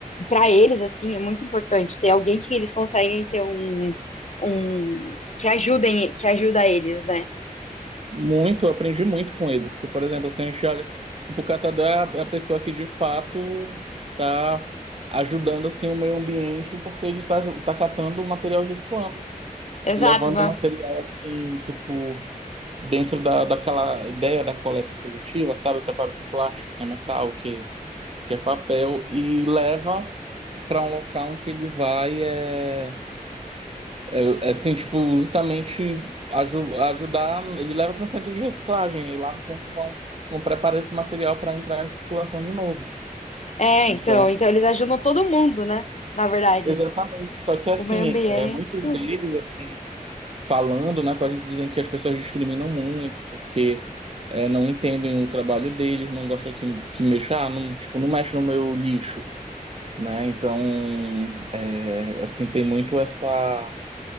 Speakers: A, on the left; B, on the right.
A: para eles, assim, é muito importante ter alguém que eles conseguem ter um, um que ajudem, que ajuda eles, né?
B: muito, eu aprendi muito com eles. Porque, por exemplo, assim, a gente olha, tipo, o catador é a é a pessoa que de fato tá ajudando, assim, o meio ambiente, porque ele tá, ju- tá catando o material e reciclando.
A: Exato,
B: E levando
A: mano.
B: o material, assim, tipo, dentro da, daquela ideia da coleta seletiva, sabe? Separa o que é plástico, o que é metal, o que, o que é papel, e leva para um local em que ele vai. É É, assim, tipo, justamente aju- ajudar, ele leva para um centro de reciclagem, e lá no centro vão, vão preparar esse material para entrar em circulação de novo.
A: É,
B: Então,
A: então, então eles ajudam todo mundo, né? Na verdade,
B: exatamente, só que assim,
A: o meio ambiente,
B: é, muitos
A: tudo.
B: deles, assim, falando, né, com a gente dizem que as pessoas discriminam muito, porque é, não entendem o trabalho deles, não gostam que, que mexa, ah, não, tipo, não mexe no meu lixo, né? Então, é, assim, tem muito essa